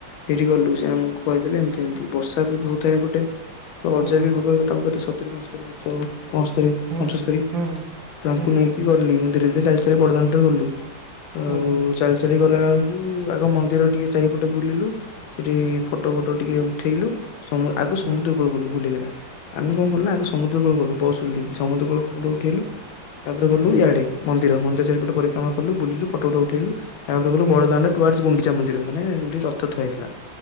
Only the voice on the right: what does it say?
ହୁଁ
ହୁଁ
ହୁଁ ହୁଁ
ହୁଁ
ହୁଁ
ହୁଁ
ହୁଁ
ହୁଁ